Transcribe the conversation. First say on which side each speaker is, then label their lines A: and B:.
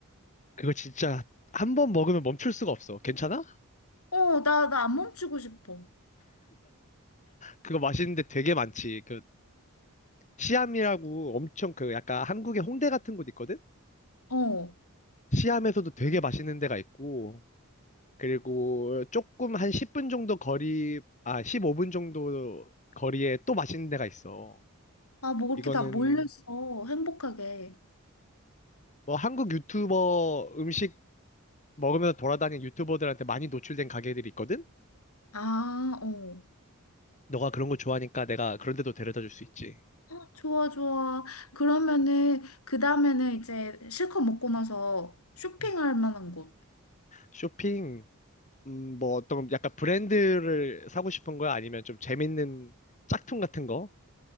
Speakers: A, on the left; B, on the left.
A: 그거 진짜 한 번 먹으면 멈출 수가 없어. 괜찮아?
B: 어, 나, 나 안 멈추고 싶어.
A: 그거 맛있는데 되게 많지. 그, 시암이라고 엄청 그 약간 한국의 홍대 같은 곳 있거든?
B: 어.
A: 시암에서도 되게 맛있는 데가 있고, 그리고 조금 한 10분 정도 거리, 아, 15분 정도 거리에 또 맛있는 데가 있어.
B: 아, 뭐 그렇게
A: 이거는
B: 다 몰려서 행복하게.
A: 뭐 한국 유튜버 음식 먹으면서 돌아다니는 유튜버들한테 많이 노출된 가게들이 있거든?
B: 아, 어.
A: 너가 그런 거 좋아하니까 내가 그런 데도 데려다 줄 수 있지.
B: 헉, 좋아, 좋아. 그러면은 그 다음에는 이제 실컷 먹고 나서 쇼핑할
A: 음.
B: 만한 곳.
A: 쇼핑, 음, 뭐 어떤 약간 브랜드를 사고 싶은 거야? 아니면 좀 재밌는 짝퉁 같은 거?